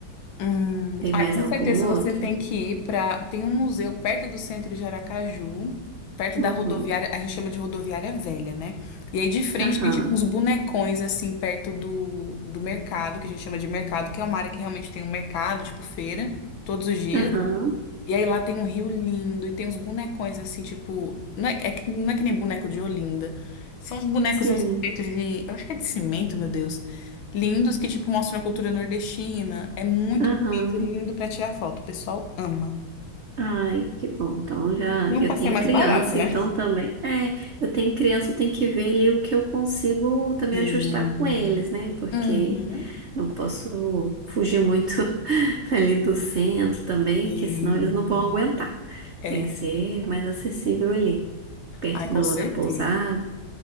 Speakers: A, on the left; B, on the right.
A: Hum,
B: Tem mais
A: ai, com
B: algum
A: certeza
B: outro?
A: você tem que ir para. Tem um museu perto do centro de Aracaju, perto
B: Uhum.
A: da rodoviária, a gente chama de rodoviária velha, né? E aí de frente
B: Aham.
A: tem tipo uns bonecões assim perto do, do mercado, que a gente chama de mercado, que é uma área que realmente tem um mercado, tipo feira, todos os dias.
B: Aham.
A: E aí lá tem um rio lindo e tem uns bonecões assim, tipo. Não é, é que- não é que nem boneco de Olinda. São uns bonecos
B: Sim.
A: assim, feitos de. Eu acho que é de cimento, meu Deus. Lindos que, tipo, mostram a cultura nordestina. É muito
B: Aham.
A: bonito e lindo pra tirar foto. O pessoal ama.
B: Ai, que bom. Então já
A: E é um
B: eu
A: passeio
B: tenho
A: mais
B: criança,
A: barato, né?
B: então também. É, eu tenho criança, eu tenho que ver ali o que eu consigo também
A: Sim.
B: ajustar com eles, né? Porque
A: Uhum.
B: não posso fugir muito <laughs> ali do centro também,
A: Sim.
B: porque senão eles não vão aguentar.
A: É.
B: Tem que ser mais acessível ali, perto
A: Ai,
B: do,
A: com certeza.
B: da pousada.